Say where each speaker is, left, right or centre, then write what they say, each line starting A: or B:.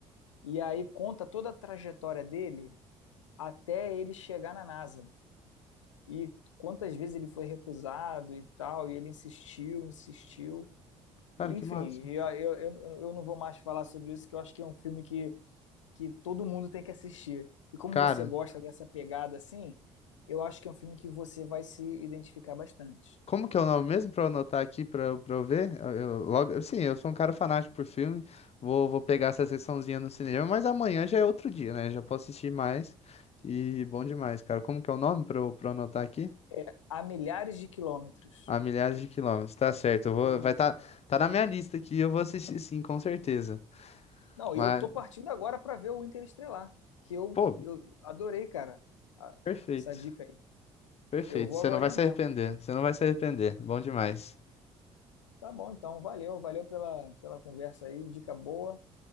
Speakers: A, on the left (about 80°); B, on the left (about 40°).
A: E aí conta toda a trajetória dele até ele chegar na NASA. E quantas vezes ele foi recusado e tal, e ele insistiu, insistiu.
B: Cara,
A: E, enfim,
B: que massa.
A: eu, eu, eu eu não vou mais falar sobre isso, que eu acho que é um filme que, que todo mundo tem que assistir. E como
B: Cara,
A: você gosta dessa pegada assim, eu acho que é um filme que você vai se identificar bastante.
B: Como que é o nome mesmo para eu anotar aqui para para eu ver? Eu, eu logo, sim, eu sou um cara fanático por filme. Vou, vou pegar essa sessãozinha no cinema, mas amanhã já é outro dia, né? Já posso assistir mais. E bom demais, cara. Como que é o nome para eu, pra eu anotar aqui?
A: É, a milhares de quilômetros.
B: A milhares de quilômetros. Tá certo. eu vou,
A: Isso.
B: vai tá, tá na minha lista aqui. Eu vou assistir sim, com certeza.
A: Não,
B: Mas,
A: e eu tô partindo agora para ver o Interestelar, que eu,
B: pô,
A: eu adorei, cara, a-
B: perfeito.
A: essa dica aí.
B: Perfeito.
A: Eu vou
B: Você
A: agorinha
B: não vai se
A: mesmo.
B: arrepender. Você não vai se arrepender. Bom demais.
A: Tá bom, então, valeu, valeu pela, pela conversa aí, dica boa,